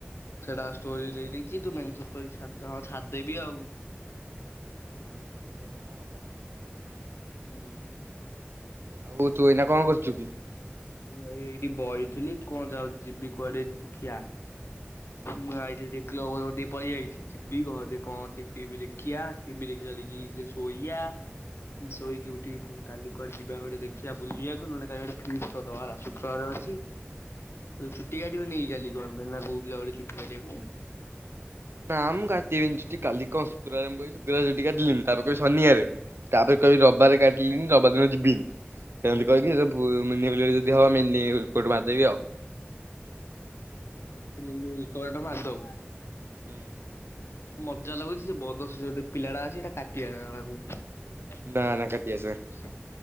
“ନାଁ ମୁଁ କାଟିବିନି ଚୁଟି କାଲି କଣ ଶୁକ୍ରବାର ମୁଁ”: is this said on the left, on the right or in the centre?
Right